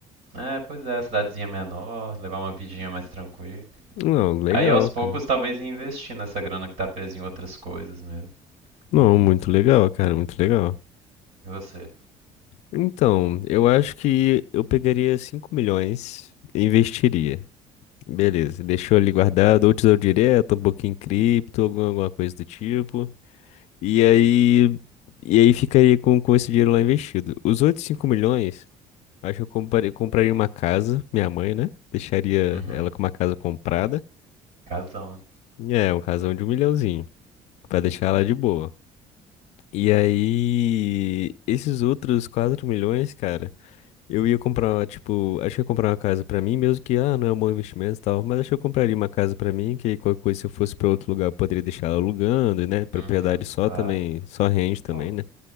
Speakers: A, on the right; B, on the left.
A: É, pois é, cidadezinha menor, levar uma vidinha mais tranquila.
B: Não, legal,
A: Aí aos poucos
B: cara.
A: talvez investir nessa grana que tá presa em outras coisas mesmo.
B: Não,
A: Em...
B: muito legal, cara, muito legal.
A: E você?
B: Então, eu acho que eu pegaria 5 milhões e investiria. Beleza, deixou ali guardado, ou tesouro direto, um pouquinho em cripto, alguma alguma coisa do tipo. E aí, e aí ficaria com, com esse dinheiro lá investido. Os outros 5 milhões, acho que eu compraria, compraria uma casa, minha mãe, né? Deixaria
A: Uhum.
B: ela com uma casa comprada.
A: Casão, né?
B: E é, um casão de um milhãozinho, pra deixar ela de boa. E aí, esses outros 4 milhões, cara, eu ia comprar, tipo, acho que eu ia comprar uma casa pra mim, mesmo que, ah, não é um bom investimento e tal, mas acho que eu compraria uma casa pra mim, que aí qualquer coisa, se eu fosse pra outro lugar, eu poderia deixar ela alugando, né? Propriedade
A: Uhum,
B: só
A: claro.
B: também, só rende também,
A: Pô.
B: né?